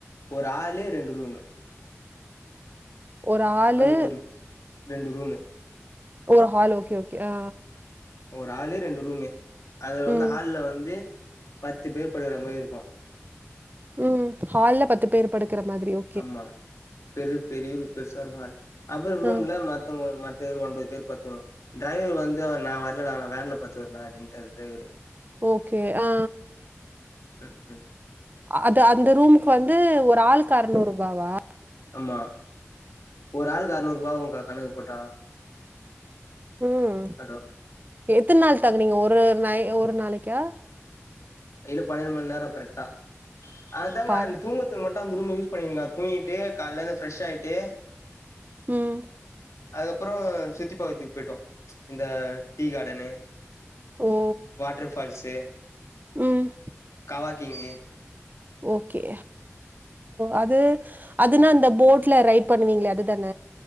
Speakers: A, on the left; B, on the right.
A: ஒரு ஹாலு ரெண்டு ரூமு
B: ஒரு ஆளு
A: அந்த ஒரு ரெண்டு ரூம்மு
B: ஓ ஹாலு ஓகே ஓகே அ
A: ஒரு ஆலு ரெண்டு ரூம்மே அதுல வந்து
B: ம்
A: ஹால்ல வந்து பத்து பேர் படுகக்குற மாரி இருக்கு
B: ம் ஹால்ல பத்து பேர் படுக்கற மாரியோ
A: ஆமா பெரி பெரிய பெர்சா இருக்கு ஹால் அப்பற ரூம்ல
B: ஆ
A: மத் தவங்க மத்த பேர் ஒன்பது பேர் பத்துணுனோ டிரைவர் வந்து அவரு நா வர்லடா நா வேன்ல பத்துக்கிறேண்டா அப்டின்டாரு டிரைவரு
B: ஓகே ஆ
A: ம்க்கு
B: அது அந்த ரூமுக்கு வந்து ஒரு ஆளுக்கு அறனூறு ருபவா
A: ஆமா ஒரு ஆளுக்கு அறுனூறு ரூபா ஆகுங்க்கா கணக்கு போட்டா
B: ம்
A: கடோ
B: எத்தன நாள் தங்குனீங்க ஒரு ஒரு நாய் ஒரு நாளைக்கா
A: இது பன்னெட் மண் நேரோ கரெக்டா அதாங்க
B: பா
A: நீங்க தூங்கப் போறப்ப மட்டு அந்த ரூம யூஸ் பண்ணிக்லா தூங்கிட்டு கால்ல எந்து ஃப்ரெஷ் ஆயிட்டு
B: ம்
A: அதுக்கப்பற சுத்தி பாக்கறதுக்கு போயிட்டோ இந்த டீ கார்டனு
B: ஓ
A: வாட்டர்ஃபால்ஸ்சு
B: ம்
A: அ வாக்கிங்கு
B: ஓகே அது அதுனா அந்த போட்ல ரைட் பண்ணுவீங்ளே அதுதான